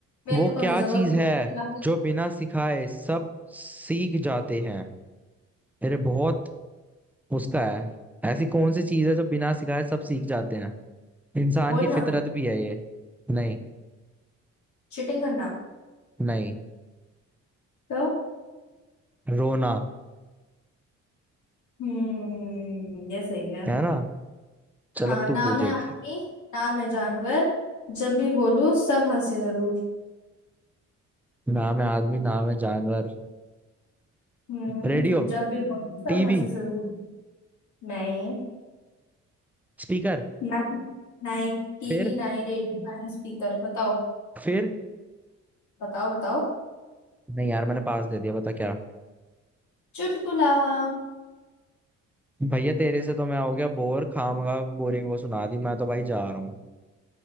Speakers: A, on the left (about 70°); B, in the centre.
A: मेरे
B: वो
A: को तो
B: क्या
A: नहीं जरूरत
B: चीज है
A: सलाह
B: जो बिना सिखाए सब सीख जाते हैं मेरे बहुत उसका है ऐसी कौन सी चीज है जो बिना सिखाए सब सीख जाते हैं इंसान
A: बोलना
B: की फितरत भी है ये नहीं
A: चीटिंग करना
B: नहीं
A: तो
B: रोना
A: हम्म ये सही है
B: है ना चल
A: हाँ
B: अब
A: ना
B: तू पूछ
A: मैं
B: एक
A: आदमी ना मैं जानवर जब भी बोलूं सब हंसे जरूर
B: नाम है आदमी नाम है जानवर
A: हम्म
B: Radio
A: जब भी बोलूं सब
B: TV
A: हंसे जरूर नहीं
B: speaker
A: ना ना ही टीवी
B: फिर
A: ना ही रेडियो ना ही स्पीकर बताओ
B: फिर
A: बताओ बताओ
B: नहीं यार मैंने पास दे दिया बता क्या
A: चुटकुला <laughs>
B: भैया तेरे से तो मैं हो गया बोर खामगा बोरिंग वो सुना दी मैं तो भाई जा रहा हूँ